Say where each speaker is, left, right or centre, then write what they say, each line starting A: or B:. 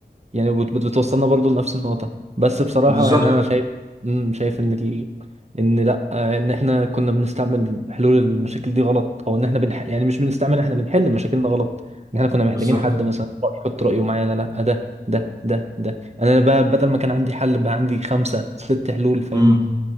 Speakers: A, on the right; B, on the right.
A: يعني بت- بت- بتوصلنا برضو لنفس النقطة بس بصراحة
B: بالظبط
A: يعني أنا شايف مم، شايف إن ال... إن لأ آه، إن إحنا كنا بنستعمل حلول المشاكل دي غلط أو إن إحنا بنح... يعني مش بنستعمل إحنا بنحل مشاكلنا غلط إن إحنا كنا محتاجين
B: بالظبط
A: حد مثلا يحط رأيه معانا لأ ده ده ده ده أنا بقى بدل ما كان عندي حل بقى عندي خمسة ست حلول فاهمني
B: امم